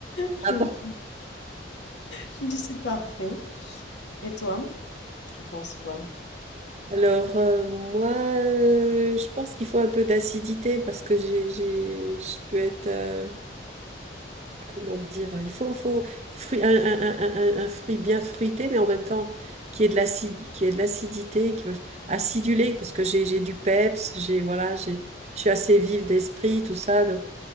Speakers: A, on the left; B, on the right.
A: je
B: Ah
A: me,
B: bon?
A: dis, je me dis, c'est parfait. Et toi, tu penses quoi?
B: Alors, euh, moi, euh, je pense qu'il faut un peu d'acidité parce que j'ai, j'ai, je peux être. euh, comment dire, euh, il faut, faut fruit, un, un- un- un- un fruit bien fruité, mais en même temps qui est de l'acide, qui est de l'acidité, qui acidulé, parce que j'ai j'ai du peps, j'ai voilà, j'ai, je suis assez vive d'esprit, tout ça. Donc,